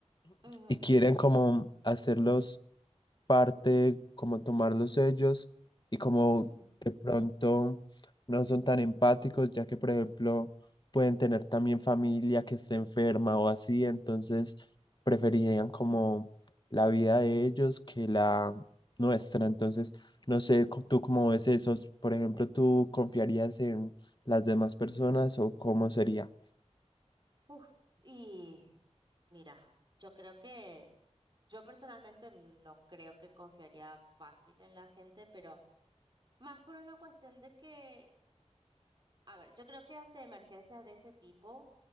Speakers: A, on the right; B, on the left.
A: ujú,
B: y quieren como hacerlos parte, como tomarlos ellos y como
A: ujú,
B: de pronto no son tan empáticos, ya que por ejemplo pueden tener también familia que esté enferma o así, entonces preferirían como la vida de ellos que la nuestra. Entonces, no sé,
A: ujú.
B: co- tú cómo ves eso, por ejemplo, ¿tú confiarías en las demás personas o cómo sería?
A: Uf, Y mira, yo creo que yo personalmente no creo que confiaría fácil en la gente, pero más por una cuestión de que A ver, yo creo que ante emergencias de ese tipo,